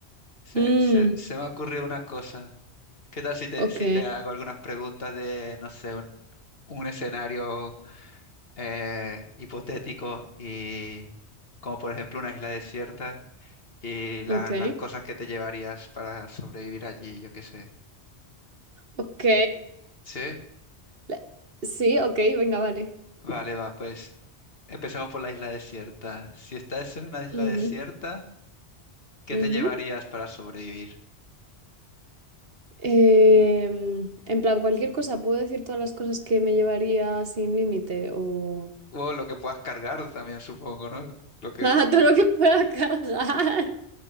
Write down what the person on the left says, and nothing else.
se,
se, se me ocurrió una cosa. ¿Qué tal si te,
si te hago algunas preguntas de, no sé, un, un escenario eh, hipotético y como por ejemplo una isla desierta y la-
las cosas que te llevarías para sobrevivir allí, yo qué sé?
¿Sí?
Vale, va, pues empecemos por la isla desierta. Si estás en una isla
desierta, ¿qué
te llevarías para sobrevivir?
O lo que puedas cargar también, supongo, ¿no? Lo que,